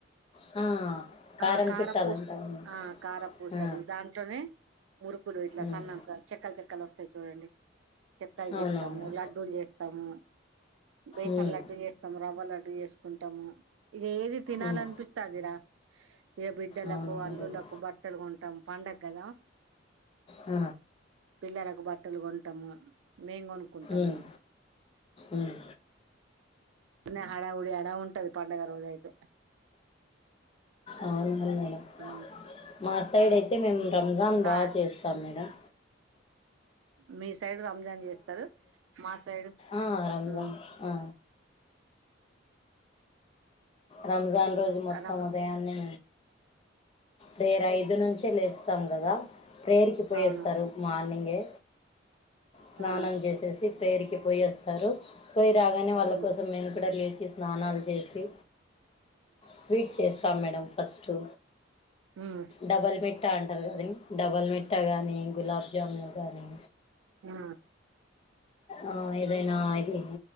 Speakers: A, on the left; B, on the right.
A: ఆ కారం
B: ఆ కారపూస,
A: చుట్టాలంట అవును
B: ఆ కారపూసలు
A: ఆ
B: దాంట్లోనే మురుకులు ఇట్లా
A: ఉమ్
B: సన్నంగా చెక్కల్ చెక్కలు వస్తయి చూడండి. కయలు
A: అవునవును
B: చేస్తాము, లడ్డూలు చేస్తాము, బేసన్
A: ఉమ్
B: లడ్డూ చేస్తాము, రవ్వ లడ్డు చేసుకుంట్ టము ఇగ ఏది తినాలి
A: ఉమ్
B: అనిపిస్తే అది రా. ఇగ బిడ్డలకు,
A: అవునవును
B: అల్లులకు
A: మేడం
B: బట్టలు కొంటాం, పండగ కదా
A: ఆ
B: పిల్లలకు బట్టలు కొంటము, మేము కొనుకుంటము.
A: ఉమ్ ఉమ్
B: న్న హడావుడి హడా ఉంటది, పండుగ రోజయితే
A: అవునవును మేడం
B: ఆ
A: మా సైడ్ అయితే మేము రంజాన్
B: సా
A: బా చేస్తాం మేడం.
B: మీ సైడ్ రంజాన్ చేస్తరు, మా సైడు
A: ఆ రంజాన్
B: ఉమ్
A: ఆ రంజాన్ రోజు మొత్తం
B: రమ్
A: ఉదయాన్నే రేర ఐదు నుంచే లేస్తాం కదా. ప్రేర్కి పోయేస్తారు
B: అవును
A: మార్నింగే, స్నానం
B: ఆ ఉమ్
A: చేసేసి పేర్కి పోయస్తారు, పోయి రాగానే వాళ్ళ
B: ఉమ్
A: కోసం మేము కూడా లేచి స్నానాలు చేసి. స్వీట్ చేస్తాం మేడం, ఫస్టు
B: ఉమ్
A: డబల్ మెట్ ట్టా అంటారు కదండీ, డబల్ మిట్ట గానీ, గులాబ్ జామున్ గానీ
B: ఆ
A: ఆ ఏదైనా ఇది